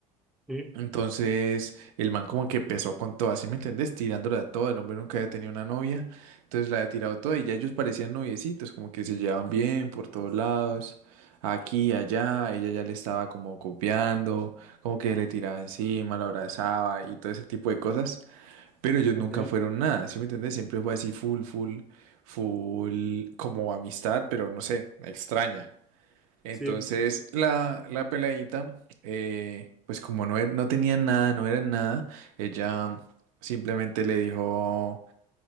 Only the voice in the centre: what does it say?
sí,
ok,
sí,